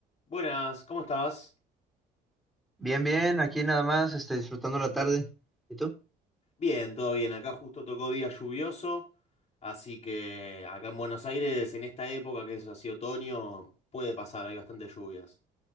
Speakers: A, on the left; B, in the centre.
A: Buenas, ¿cómo estás?
B: Bien, bien, aquí nada más, este, disfrutando la tarde. ¿Y tú?
A: Bien, todo bien. Acá justo tocó día lluvioso, así que acá en Buenos Aires, en esta época que es así otoño, puede pasar, hay bastantes lluvias.